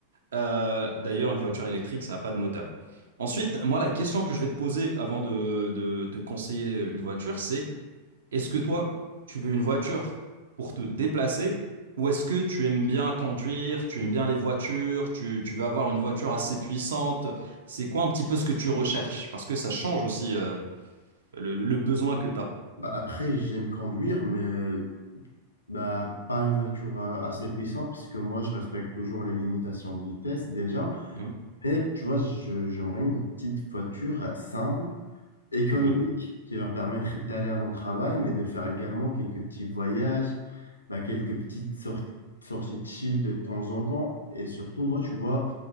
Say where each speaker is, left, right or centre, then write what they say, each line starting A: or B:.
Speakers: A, on the right; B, on the left.
A: Euh, d'ailleurs, une voiture électrique, ça n'a pas de moteur. Ensuite, moi, la question que je vais te poser avant de, de te conseiller une voiture, c'est est-ce que toi, tu veux une voiture pour te déplacer ou est-ce que tu aimes bien conduire, tu aimes bien les voitures, tu, tu veux avoir une voiture assez puissante? C'est quoi un petit peu ce que tu recherches? Parce que ça change aussi euh, le, le besoin que tu as.
B: Bah, après, j'aime conduire, mais Bah, pas une voiture euh, assez puissante, parce que moi, je respecte toujours les limitations de vitesse déjà.
A: Mhm,
B: Mais tu vois, je- j'aimerais une petite voiture euh, simple économique
A: mhm,
B: qui va permettre d'aller à mon travail, mais de faire également quelques petits voyages, bah, quelques petites sorties, sorties de chill de temps en temps. Et surtout, moi, tu vois,